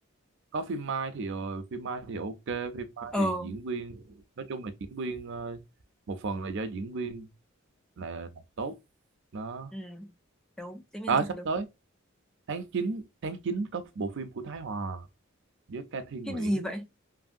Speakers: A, on the right (about 60°); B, in the centre.
A: có phim Mai thì ờ, phim Mai thì ok phim Mai
B: ờ
A: thì diễn viên nói chung là diễn viên ờ, một phần là do diễn viên là làm tốt nó
B: ừ đúng diễn viên
A: Ờ
B: thực
A: sắp
B: lực
A: tới tháng chín tháng 9 có bộ phim của Thái Hòa với Ca Thi Nguyễn
B: phim gì vậy